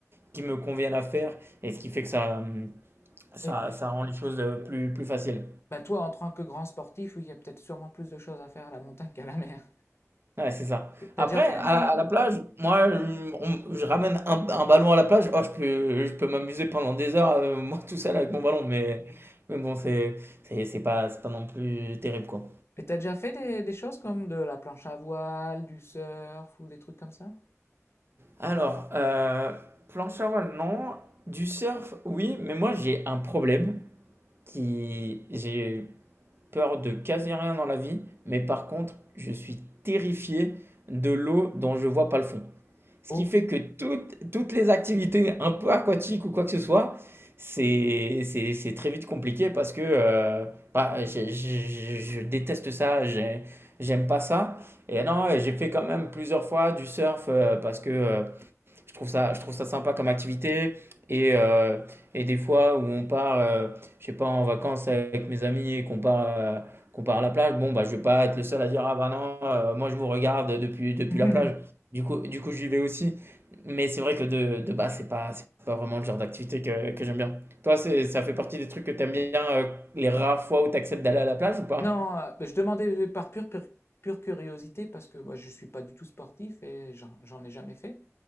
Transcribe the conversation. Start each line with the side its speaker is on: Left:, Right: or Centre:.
Right: qui me conviennent à faire, et ce qui fait que ça, hum, ça,
Left: oui.
Right: ça rend
Left: Bah,
Right: les choses euh, plus, plus faciles.
Left: bah, toi, en tant que grand sportif, oui, il y a peut-être sûrement plus de choses à faire à la montagne qu'à la mer.
Right: Ouais, c'est ça.
Left: T'as
Right: Après,
Left: déjà fait
Right: à,
Left: de la...
Right: à la plage, moi, hum, on- je ramène un, un ballon à la plage. Oh, je peux, je peux m'amuser pendant des heures, euh, <laughs> moi, tout seul avec mon ballon, mais, mais bon, c'est, c'est c'est pas, c'est pas non plus terrible, quoi.
Left: Et t'as déjà fait des, des choses comme de la planche à voile, du surf ou des trucs comme ça?
Right: Alors, euh, planche à voile, non. Du surf, oui, mais moi j'ai un problème qui... J'ai peur de quasi rien dans la vie, mais par contre, je suis terrifié de l'eau dont je vois pas le fond. Ce
Left: Oh!
Right: qui fait que toutes, toutes les activités un peu aquatiques ou quoi que ce soit, c'est c'est- c'est très vite compliqué parce que euh, bah, j'ai- j'ai- je déteste ça, j'ai- j'aime pas ça. Et non, j'ai fait quand même plusieurs fois du surf euh, parce que... euh, je trouve ça, je trouve ça sympa comme activité. Et, euh, et des fois où on part, euh, je sais pas, en vacances avec mes amis et qu'on part, euh, qu'on part à la plage, bon, bah, je vais pas être le seul à dire, ah bah non, euh, moi je vous regarde depuis, depuis
Left: <laughs>
Right: la plage. Du coup, du coup, j'y vais aussi. Mais c'est vrai que de, de base, c'est pas, c'est pas vraiment le genre d'activité que, que j'aime bien. Toi, c'est, ça fait partie des trucs que t'aimes bien, euh, les rares fois où t'acceptes d'aller à la plage ou pas?
Left: Non, euh, bah, je demandais par pure, pure, pure curiosité parce que moi je suis pas du tout sportif et j'en j'en ai jamais fait.